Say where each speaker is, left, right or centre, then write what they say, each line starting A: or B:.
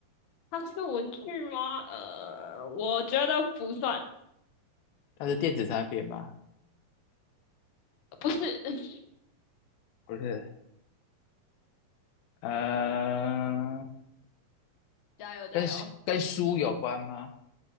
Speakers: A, on the left (about 55°); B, on the left (about 80°).
A: 它是文具吗？呃，我觉得不算，
B: 它是电子产品吗？
A: 不是 <laughs>。
B: 不是。呃，
A: 加油加油！
B: 跟跟书有关吗？